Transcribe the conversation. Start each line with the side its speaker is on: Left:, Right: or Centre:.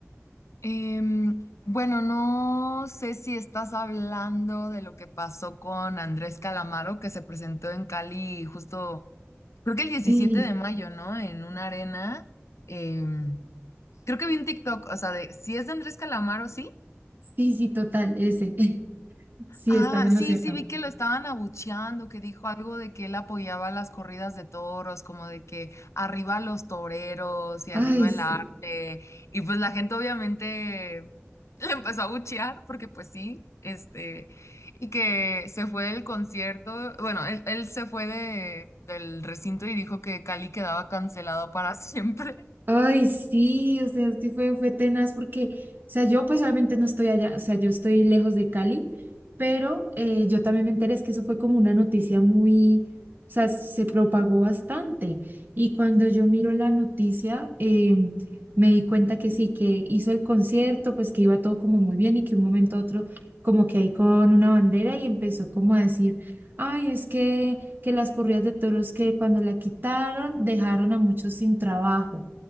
Left: Em, bueno, no sé si estás hablando de lo que pasó con Andrés Calamaro, que se presentó en Cali justo, creo que el 17
Right: <clears throat>
Left: de
Right: <laughs>
Left: mayo, ¿no? En una arena. Em, creo que vi un TikTok, o sea, de si es de Andrés Calamaro, ¿sí?
Right: Sí, sí, total, ese. <laughs> Sí,
Left: Ah,
Right: estás en
Left: sí,
Right: lo cierto.
Left: sí, vi que lo estaban abucheando, que dijo algo de que él apoyaba las corridas de toros, como de que arriba los toreros y
Right: Ay,
Left: arriba
Right: sí.
Left: el arte. Y pues la gente obviamente le empezó a buchear porque pues sí, este, y que se fue del concierto, bueno, él, él se fue de, del recinto y dijo que Cali quedaba cancelado para <laughs> siempre.
Right: Ay, sí, o sea, es que fue, fue tenaz porque, o sea, yo pues obviamente no estoy allá, o sea, yo estoy lejos de Cali, pero eh, yo también me enteré, es que eso fue como una noticia muy, o sea, se propagó bastante. Y cuando yo miro la noticia, eh, me di cuenta que sí, que hizo el concierto, pues que iba todo como muy bien y que un momento a otro, como que ahí con una bandera y empezó como a decir, ay, es que, que las corridas de toros que cuando la quitaron dejaron a muchos sin trabajo